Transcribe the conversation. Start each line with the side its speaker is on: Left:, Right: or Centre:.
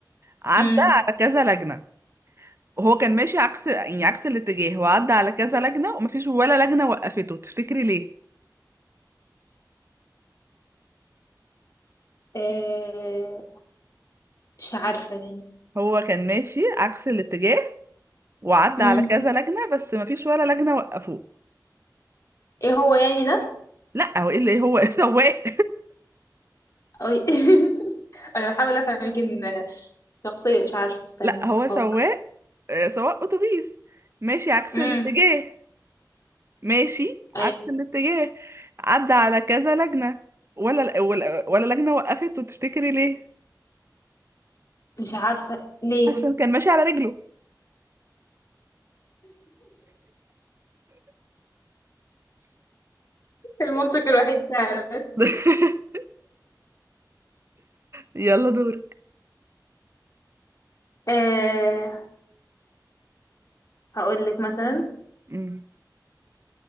Right: عدى
Left: امم
Right: على كذا لجنة وهو كان ماشي عكس يعني عكس الاتجاه وعدى على كذا لجنة ومفيش ولا لجنة وقفته تفتكري ليه؟
Left: آه مش عارفة يعني
Right: هو كان ماشي عكس الاتجاه وعدى
Left: امم
Right: على كذا لجنة بس مفيش ولا لجنة وقفوه
Left: ايه هو يعني ده
Right: لا هو ايه اللي هو <laughs> سواق
Left: أو- <laughs> انا بحاول افهم يمكن شخصية مش عارفة استني
Right: لا هو
Left: افكر
Right: سواق آه، سواق اتوبيس ماشي عكس
Left: امم
Right: الاتجاه ماشي
Left: أي
Right: عكس الاتجاه عدى على كذا لجنة ولا ولا ولا لجنة وقفته تفتكري ليه؟
Left: مش عارفة ليه
Right: عشان كان ماشي على رجله
Left: المنطق الوحيد فعلا
Right: <laughs> يلا دورك
Left: آه هقول لك مثلا
Right: مم.